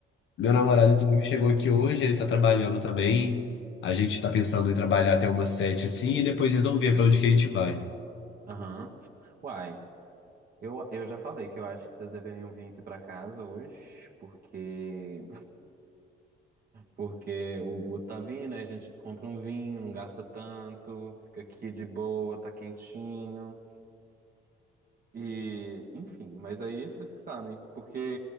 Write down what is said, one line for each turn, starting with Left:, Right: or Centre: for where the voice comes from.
Left: Meu namorado, inclusive, chegou aqui hoje, ele tá trabalhando também. A gente tá pensando em trabalhar até umas sete, assim, e depois resolver para onde que a gente vai.
Right: Aham. Uai, eu, eu já falei que eu acho que vocês deveriam vir aqui pra casa hoje, porque porque o Guto tá vindo, aí a gente compra um vinho, não gasta tanto, fica aqui de boa, tá quentinho. E, enfim, mas aí vocês que sabem, porque